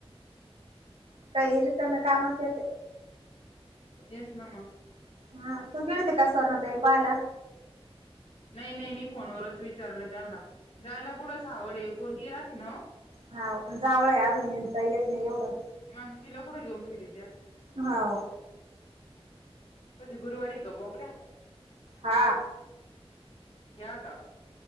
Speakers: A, on the right; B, on the left.
A: काही रिकम कामात येत.
B: येस नामा
A: हा तू गेळतीे कासवर्न बई बायला.
B: नाही नाही मी फोनवरच विचारलं जला जायला कुठं सावडे आहे पोरगी राहते ना.
A: हा जावं आहे अजून येडता येत नाही एवढं
B: मग तिला कुठं घेऊन फे त्या
A: होा
B: को गुरुवारी ग मोकड्या
A: हा
B: या का